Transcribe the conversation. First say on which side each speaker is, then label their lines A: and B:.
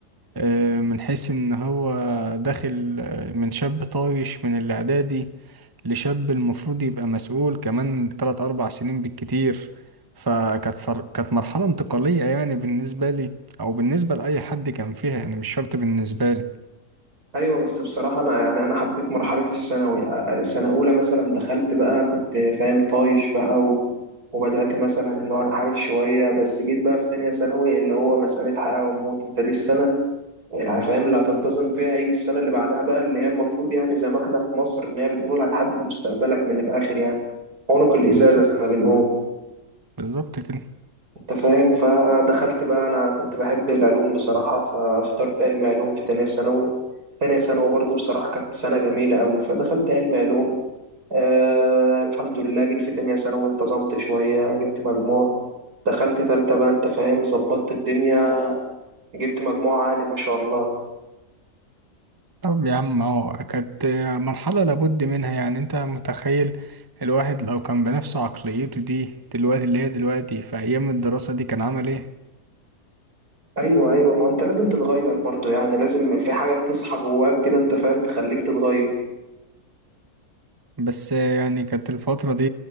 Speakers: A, on the right (about 20°); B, on the right (about 70°).
A: آه، من حيث ان هو داخل آه، من شاب طايش من الاعدادي لشاب المفروض يبقى مسؤول كمان تلات اربع سنين بالكتير فكانت فر... كانت مرحلة انتقالية يعني بالنسبة لي او بالنسبة لأي حد كان فيها يعني مش شرط بالنسبة لي
B: أيوه بس بصراحة أنا يعني أنا حبيت مرحلة الثانوي آه، سنة أولى مثلا دخلت بقى كنت فاهم طايش بقى و... وبدأت مثلا اللي هو أنحرف شوية بس جيت بقى في تانية ثانوي اللي هو مسألة حياة وموت انت دي السنة يعني فاهم اللي هتنتظم فيها هيجي السنة اللي بعدها بقى اللي هي المفروض يعني زي ما احنا في مصر ان هي بتقول هتحدد مستقبلك من الآخر يعني عنق الإزازة
A: بالظبط
B: زي ما بنقول
A: بالظبط كده
B: انت فاهم فدخلت بقى انا كنت بحب العلوم بصراحة فاخترت علم علوم في تانية ثانوي تانية ثانوي برضو بصراحة كانت سنة جميلة أوي فدخلت علم علوم آه الحمد لله جيت في تانية ثانوي انتظمت شوية جبت مجموع دخلت تالتة بقى انت فاهم ظبطت الدنيا جبت مجموع عالي ما شاء الله
A: طب يا عم اهو كانت مرحلة لابد منها يعني انت متخيل الواحد لو كان بنفس عقليته دي دلوقتي اللي هي دلوقتي في ايام الدراسة دي كان عمل ايه
B: ايوه ايوه ما هو انت لازم تتغير برضو يعني لازم في حاجه بتصحى جواك كده انت فاهم تخليك تتغير
A: بس يعني كانت الفترة دي